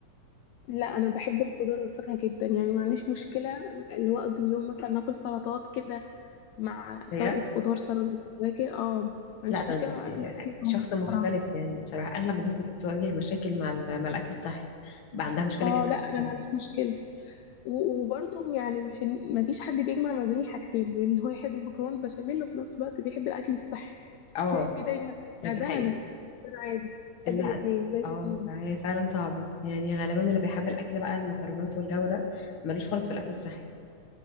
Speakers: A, on the left; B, on the left.
A: لا انا بحب الخضار والفاكهه جدا يعني ما عنديش مشكله اللي هو اقضي اليوم مثلا اكل سلطات كده مع سلطه
B: بجد؟
A: خضار سلطه فواكه اه ما عنديش
B: لا ده
A: مشكله
B: أنت
A: مع اكل الصحي خالص
B: شخص
A: بصراحه
B: مختلف يعني بصراحة أغلب الناس بتواجه مشاكل مع ال- مع الأكل الصحي بقى عندها مشكلة
A: اه
B: جدا
A: لا
B: في
A: انا
B: السلطة
A: ما عنديش مشكله و- وبرضه يعني مش ما فيش حد بيجمع ما بين الحاجتين بين اللي هو يحب المكرونه البشاميل وفي نفس الوقت بيحب الاكل الصحي
B: اه
A: <laughs> تلاقي فيه دايما لا
B: دي
A: ده
B: حقيقة
A: لا ده انا عادي بحب
B: لا
A: الاثنين وليس
B: اه
A: فيهم
B: فهي فعلا صعبة يعني غالبا اللي بيحب الأكل بقى المكرونات والجو ده ملوش خالص في الأكل الصحي